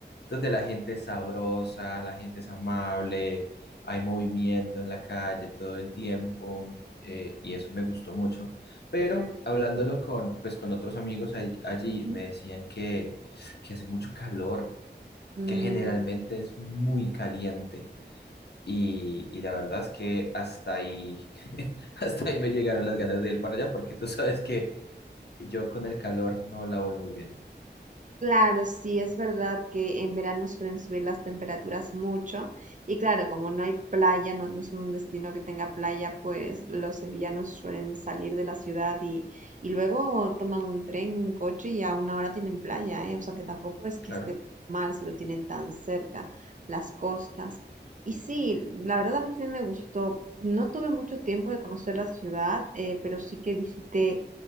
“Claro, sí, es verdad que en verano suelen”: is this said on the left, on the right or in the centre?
Right